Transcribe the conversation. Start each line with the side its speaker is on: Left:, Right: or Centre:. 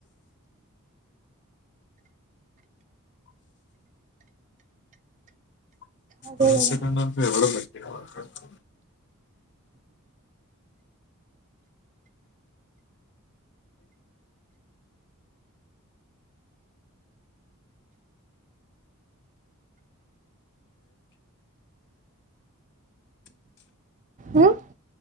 Right: అదే
Left: అంతకన్నా
Right: కదా
Left: ఎవరు గట్టిగా మాట్లాడుతున్నారు
Right: ఉమ్